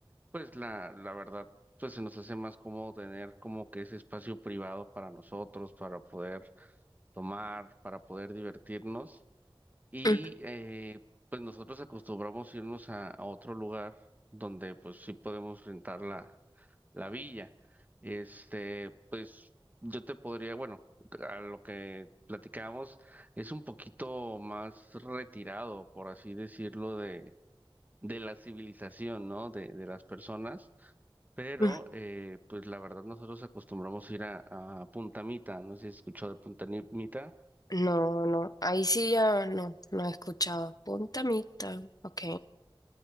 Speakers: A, on the right; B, on the left.
A: Pues la, la verdad, pues se nos hace más cómodo tener como que ese espacio privado para nosotros, para poder tomar, para poder divertirnos. Y
B: Mm,
A: eh, pues nosotros acostumbramos irnos a, a otro lugar donde pues sí podemos rentar la, la villa. Este, pues yo te podría, bueno, a lo que platicábamos, es un poquito más retirado, por así decirlo, de, de la civilización, ¿no? De, de las personas. Pero,
B: mm.
A: eh, pues la verdad, nosotros acostumbramos ir a, a Punta Mita, no sé si has escuchado de Punta Ni- Mita.
B: No, no, ahí sí ya no, no he escuchado. Punta Mita, ok.